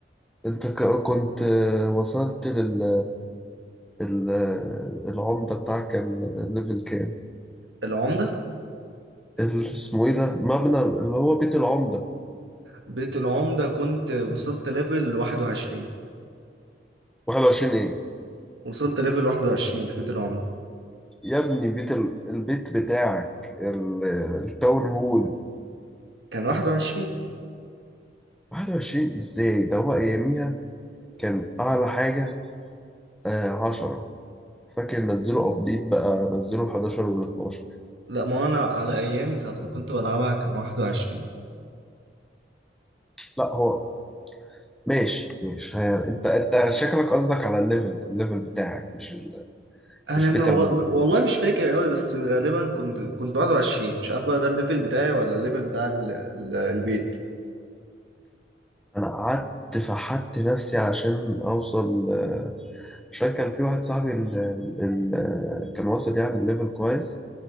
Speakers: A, in the centre; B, on the right.
A: انت ك- كنت آه، وصلت لل ال- آه، العمده بتاعك كان ليفل كام
B: العمدة
A: ال- اسمه ايه ده مبنى اللي هو بيت العمده
B: بيت العمدة كنت وصلت ليفل 21
A: 21 ايه
B: وصلت ليفل 21 في بيت العمدة
A: يا ابني بيت ال- البيت بتاعك ال- التاون هول
B: كان 21
A: 21 ازاي ده هو اياميها كان اعلى حاجة آه 10 فاكر نزلوا ابديت بقى نزلوا ال 11 وال 12
B: لا ما انا على ايامي ساعه ما كنت بلعبها كان 21
A: لا هو ماشي ماشي هي انت انت شكلك قصدك على الليفل الليفل بتاعك مش ال...
B: انا
A: مش
B: ما
A: بيت
B: و...
A: ال-
B: والله مش فاكر قوي بس غالبا كنت كنت 21 مش عارف بقى ده الليفل بتاعي ولا الليفل بتاع ال... ال- البيت
A: انا قعدت فحت نفسي عشان اوصل آه، عشان كان في واحد صاحبي ال... ال... ال- كان واصل يعني الليفل كويس